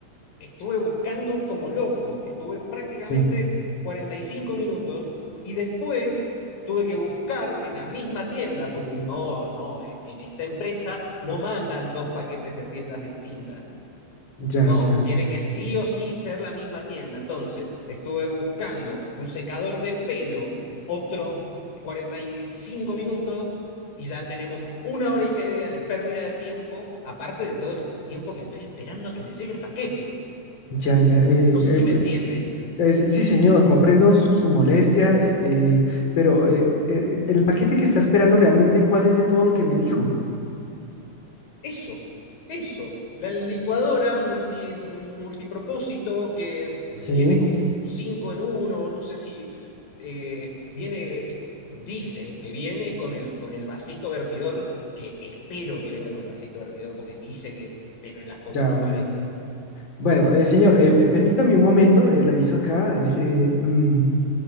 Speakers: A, on the left; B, on the left.
A: estuve buscando como loco, estuve prácticamente
B: Sí,
A: 45 minutos y después tuve que buscar en la misma tienda,
B: sí.
A: porque no, no, en, en esta empresa no mandan dos paquetes de tiendas distintas.
B: Ya,
A: No,
B: ya,
A: tiene que sí o sí ser la misma tienda. Entonces, estuve buscando un secador de pelo, otro 45 minutos, y ya tenemos una hora y media de pérdida de tiempo, aparte de todo el tiempo que estoy esperando a que me llegue el paquete.
B: ya, ya. eh,
A: No sé si
B: eh,
A: me
B: eh,
A: entiende.
B: es- sí, señor, comprendo su, su molestia, eh, eh, pero eh, eh, el paquete que está esperando realmente, ¿cuál es de todo lo que me dijo?
A: Eso, eso. La licuadora multi, multipropósito que
B: Sí,
A: tiene como un 5 en uno, no sé si eh, viene, dice que viene con el, con el vasito vertidor, que espero que venga con el vasito vertidor porque dice que, pero en la foto
B: ya.
A: no aparece.
B: Bueno, eh, señor, eh, eh, permítame un momento, eh, reviso acá, a ver, eh, mm,